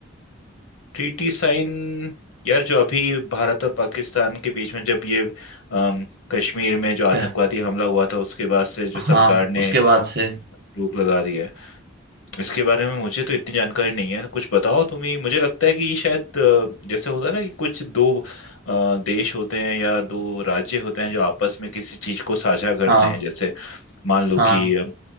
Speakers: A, on the left; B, on the right.
A: Treaty sign यार जो अभी भारत और पाकिस्तान के बीच में जब ये अम, कश्मीर में जो आतंकवादी
B: पह-
A: हमला हुआ था उसके बाद से जो
B: हाँ
A: सरकार ने
B: उसके बाद से
A: रोक लगा दी है इसके बारे में मुझे तो इतनी जानकारी नहीं है कुछ बताओ तुम ही मुझे लगता है कि ये शायद अ, जैसे होता है ना कि कुछ दो अ, देश होते हैं या दो राज्य होते हैं जो आपस में किसी चीज को साझा करते
B: हाँ
A: हैं जैसे मान लो
B: हाँ
A: कि अ,